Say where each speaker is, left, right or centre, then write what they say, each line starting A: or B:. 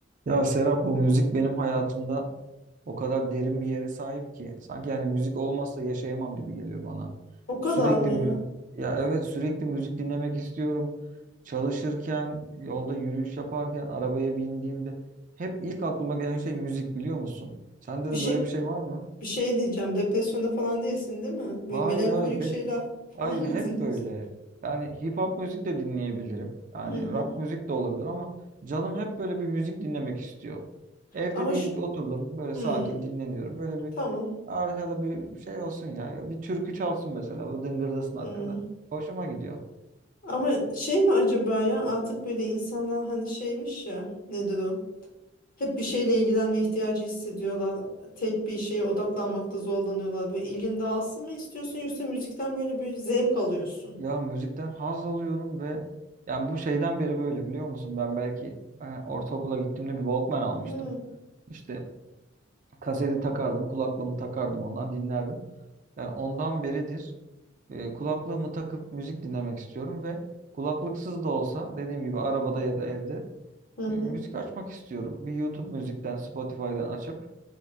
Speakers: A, on the right; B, on the left.
A: Ya Serap bu müzik benim hayatımda o kadar derin bir yere sahip ki sanki yani müzik olmazsa yaşayamam gibi geliyor bana.
B: O kadar
A: Sürekli
B: mı ya?
A: müzik ya evet sürekli müzik dinlemek istiyorum. Çalışırken, yolda yürüyüş yaparken, arabaya bindiğimde hep ilk aklıma gelen şey müzik biliyor musun? Sende
B: Bir
A: de
B: şey
A: böyle bir şey var mı?
B: bir şey diyeceğim. Depresyonda falan değilsin, değil mi?
A: Hayır
B: Böyle melankolik
A: hayır ben
B: şeyler <laughs> falan
A: Hayır
B: mı
A: hep
B: dinliyorsun?
A: böyle. Yani hip hop müzik de dinleyebilirim. Yani
B: Hı hı.
A: rock müzik de olabilir ama canım hep böyle bir müzik dinlemek istiyor. Evde
B: Ama
A: diyelim
B: şu
A: ki oturdum böyle
B: hı,
A: sakin dinleniyorum. Böyle bir
B: tamam.
A: arkada bir şey olsun ya. Bir türkü çalsın mesela. Böyle dıngırdasın
B: Hı.
A: arkada. Hoşuma gidiyor.
B: Ama şey mi acaba ya? Artık böyle insanlar hani şeymiş ya. Nedir o? Hep bir şeyle ilgilenme ihtiyacı hissediyorlar. Tek bir şeye odaklanmakta zorlanıyorlar. Böyle ilgin dağılsın mı istiyorsun yoksa müzikten böyle bir zevk alıyorsun?
A: Ya müzikten haz alıyorum ve yani bu şeyden beri böyle biliyor musun? Ben belki e, ortaokula gittiğimde bir Walkman almıştım.
B: Hı hı.
A: İşte kaseti takardım, kulaklığımı takardım ondan dinlerdim. Yani ondan beridir e, kulaklığımı takıp müzik dinlemek istiyorum ve kulaklıksız da olsa dediğim gibi arabada ya da evde
B: Hı hı.
A: e, müzik açmak istiyorum. Bir YouTube müzikten, Spotify'dan açıp